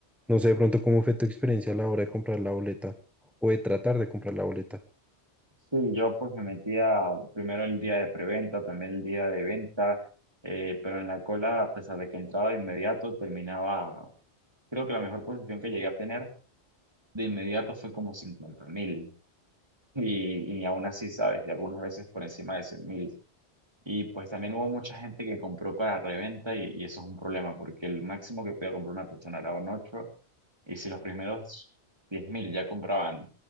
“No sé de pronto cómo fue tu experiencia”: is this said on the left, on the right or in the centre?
Centre